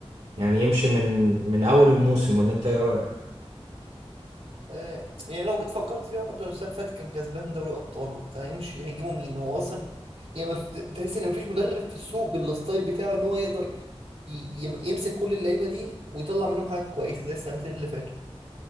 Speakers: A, on the right (about 70°); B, on the right (about 80°).
A: يعني يمشي من من أول الموسم ولا أنت إيه رأيك؟
B: آه، يعني لو جيت فكرت فيها برضه لو السنه اللي فاتت كان كسبان دوري ابطال وبتاع يمشي هيجيبوا مين هو اصلا يعني مف... تحس ان مفيش مدرب في السوق بالستايل بتاعه ان هو يقدر ي... يم- يمسك كل اللعيبه دي ويطلع منهم حاجه كويسه زي السنتين اللي فاتوا